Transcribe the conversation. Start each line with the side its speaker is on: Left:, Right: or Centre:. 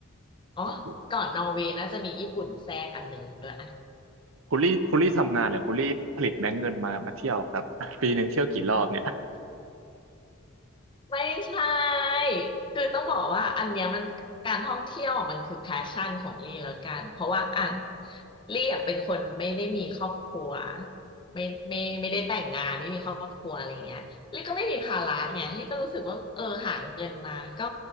Left: อ๋อ
Right: โอ้โห
Left: ก่อนนอร์เวย์น่าจะมีญี่ปุ่นแทรกอันหนึ่งด้วยอะ
Right: คุณลี่คุณลี่ทำงานเลยคุณลี่ผลิตแบงก์เงินมามาเที่ยวครับ <laughs> ปีหนึ่งเที่ยวกี่รอบเนี่ย
Left: ไม่ใช่คือต้องบอกว่าอันเนี้ยมันการท่องเที่ยวอะมันคือแพชชั่นของลี่แล้วกันเพราะว่าอ่ะลี่อะเป็นคนไม่ได้มีครอบครัวไม่ไม่ไม่ได้แต่งงานไม่มีครอบครัวอะไรเงี้ยลี่ก็ไม่มีภาระไงลี่ก็รู้สึกว่าเออหาเงินมาก็
Right: อืม